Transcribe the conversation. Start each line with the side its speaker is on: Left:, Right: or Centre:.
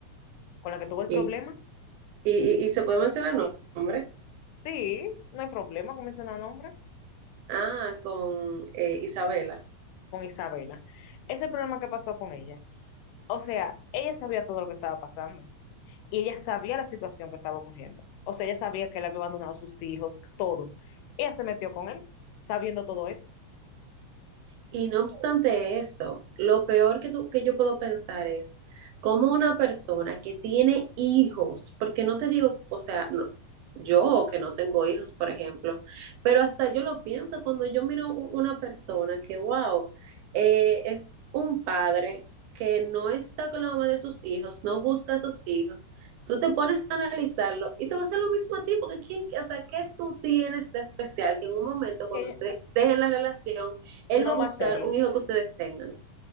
Left: con la que tuvo el
Right: Y,
Left: problema.
Right: y, y- y se puede mencionar el nombre.
Left: Sí, no hay problema con mencionar nombre,
Right: Ah, con eh, Isabela.
Left: con Isabela. Ese problema que pasó con ella. O sea, ella sabía todo lo que estaba pasando y ella sabía la situación que estaba ocurriendo. O sea, ella sabía que él había abandonado a sus hijos, todo. Ella se metió con él, sabiendo todo eso.
Right: Y no obstante eso, lo peor que, tú- que yo puedo pensar es cómo una persona que tiene hijos, porque no te digo, o sea, no- yo que no tengo hijos, por ejemplo, pero hasta yo lo pienso cuando yo miro u- una persona que, wow, eh, es un padre que no está con la mamá de sus hijos, no busca a sus hijos, tú te pones a analizarlo y te va a hacer lo mismo a ti, porque ¿quién, o sea, ¿qué tú tienes de especial que en un momento cuando
Left: Ella
Right: ustedes dejen la relación, él
Left: no
Right: va a buscar
Left: va a hacerlo.
Right: un hijo que ustedes tengan.